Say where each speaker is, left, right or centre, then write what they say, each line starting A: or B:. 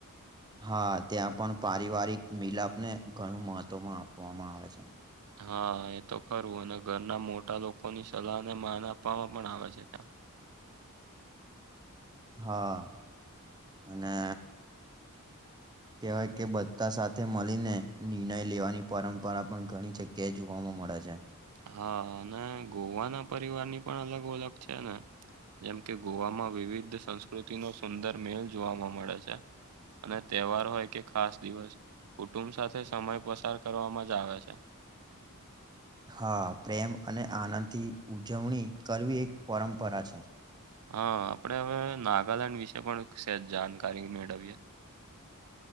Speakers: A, on the right; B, on the right.
A: હા ત્યાં પણ પારીવારિક મીલાપને ઘણું મહત્વમાં આપવામાં આવે છે
B: હા એ તો ખરું અને ઘરના મોટા લોકોની સલાહને માન આપવામાં પણ આવે છે ત્યાં
A: હા અને કહેવાય કે બધા સાથે મળીને નિર્ણય લેવાની પરંપરા પણ ઘણી જગ્યા જોવામાં મળે છે
B: હા અને ગોવાના પરિવારની પણ અલગ ઓળખ છે ને જેમ કે ગોવામાં વિવિધ સંસ્કૃતિનો સુંદર મેલ જોવામાં મળે છે અને તહેવાર હોય કે ખાસ દિવસ કુટુંબ સાથે સમય પસાર કરવામાં જ આવે છે
A: હા પ્રેમ અને આનંદથી ઉજવણી કરવી એક પરંપરા છે
B: હા આપણે હવે નાગાલેન્ડ વિશે પણ સેજ જાણકારી મેળવીએ